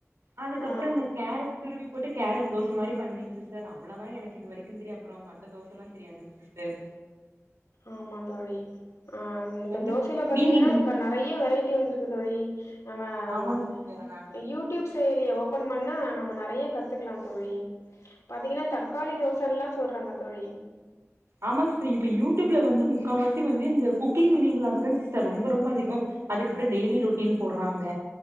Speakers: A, on the right (about 75°); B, on the left (about 85°).
A: அதுக்கப்ற
B: ஆ
A: இந்த கேரட் துருவி போட்டு கேரட் தோச மாரி பண்ணுவேங் சிஸ்டர் அவ்ளோ தா எனக் இது வரைக்கு தெரியு அப்ற மத்த தோசல்லா தெரியாது சிஸ்டர்
B: ஆமா தோழி ஆ இப்ப
A: உங்களுக்கு
B: தோசைல பாத்தீங்கன்னா
A: நீங்க
B: இப்ப நா நெறைய வெரைட்டி வந்திருக்கு தோழிஆனாம்
A: ஆமாங் சிஸ்டர் ஆனா
B: யூடியூப்ஸ் செயலிய ஓபன் பண்ணா நம்ம நெறைய கத்துக்கலா தோழி பாத்தீங்கன்னா தக்காளி தோசன்லா சொல்றாங்க தோழி
A: ஆமாங் சிஸ்டர் இப்ப யூடியூப்ல வந்து முக்கா வாசி வந்து இந்த குக்கிங் மினி விளாக்ஸ் தா சிஸ்டர் ரொம்ப ரொம்ப அதிகோ அதுக்கப்றோ டெய்லி ரொட்டீன் போடுறாங்க